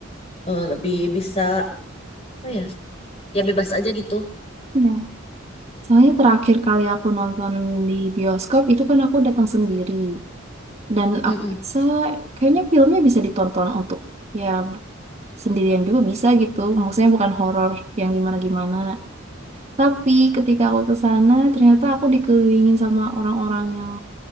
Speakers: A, on the left (about 30°); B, on the right (about 30°).
A: eh, lebih bisa apa ya, ya bebas aja gitu.
B: ya. Soalnya terakhir kali aku nonton di bioskop itu kan aku datang sendiri. Dan
A: Mm-mm.
B: aku rasa kayaknya filmnya bisa ditonton untuk ya sendirian juga bisa gitu. Maksudnya bukan horor yang gimana-gimana. Tapi ketika aku ke sana ternyata aku dikelilingin sama orang-orang yang